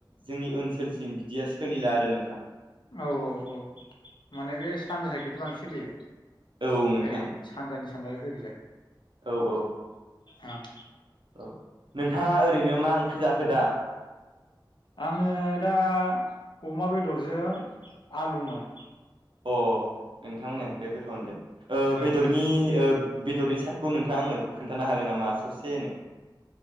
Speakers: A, on the right (about 85°); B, on the left (about 70°).
A: जोंनि ओनसोलसिम बिदिया सोलिला आरो नोंथां
B: औ औ औ माने बे सानजा साइदखै बांसिन सोलियो।
A: औ नोंथां
B: ओरै सानजानि सानजारि फैगोजाय
A: औ औ
B: ओं
A: औ नोंथाङा ओरैनो मा ओंख्रि जाखो दा
B: आङो दा अमा बेदरजों आलुमोन
A: अ नोंथांमोना
B: औ
A: ओंख्रि गोथावनो दे ओ
B: औ
A: बेदरनि
B: औ
A: ओ बेदरनि सार्टखौ नोंथाङा आंनो खोन्थानो हागोन नामा ससेनो